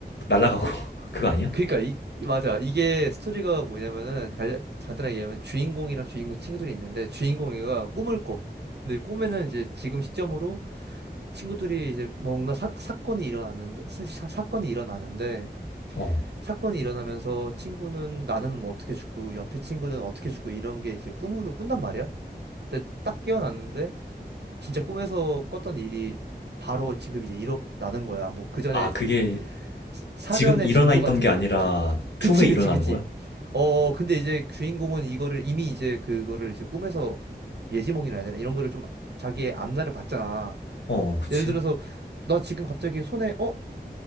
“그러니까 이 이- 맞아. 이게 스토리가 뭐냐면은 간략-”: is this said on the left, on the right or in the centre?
Right